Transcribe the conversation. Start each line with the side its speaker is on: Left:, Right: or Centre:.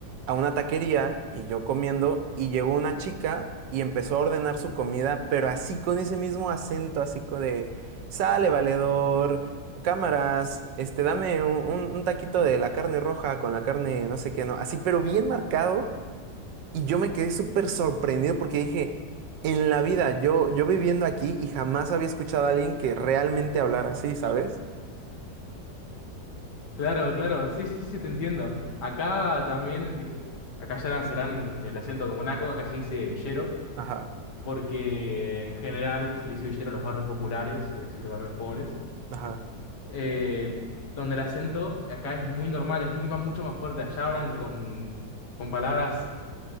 Right: a una taquería y yo comiendo y llegó una chica y empezó a ordenar su comida, pero así con ese mismo acento, así co- de, sale valedor. Cámaras, este, dame un, un- un taquito de la carne roja con la carne no sé qué, no, así, pero bien marcado. Y yo me quedé súper sorprendido porque dije, en la vida, yo, yo viviendo aquí y jamás había escuchado a alguien que realmente hablara así, ¿sabes?
Left: Claro, claro, sí, sí, sí, te entiendo. Acá también, viste, acá ya lanzarán el acento como Naco, acá se dice villero,
Right: Ajá,
Left: porque en general se le dice villero a los barrios populares, es decir, barrios pobres.
Right: ajá.
Left: eh, donde el acento acá es muy normal, es muy, ma- mucho más fuerte. Allá hablan con, con palabras